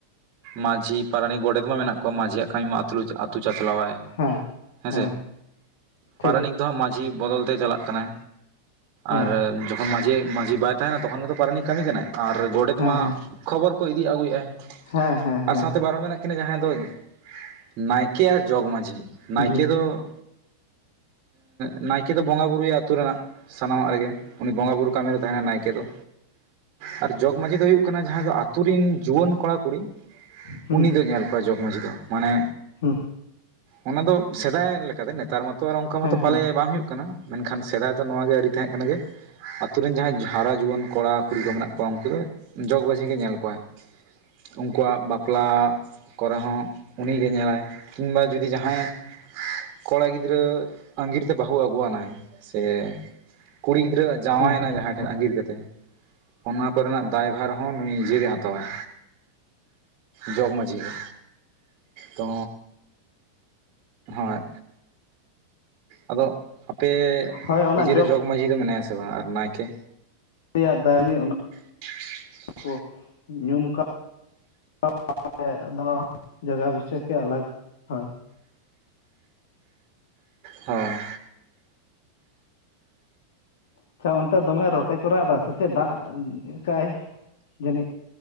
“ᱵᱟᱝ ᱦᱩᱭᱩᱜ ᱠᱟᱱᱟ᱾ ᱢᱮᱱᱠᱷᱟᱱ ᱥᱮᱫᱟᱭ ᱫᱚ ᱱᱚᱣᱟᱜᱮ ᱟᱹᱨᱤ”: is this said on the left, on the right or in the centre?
Right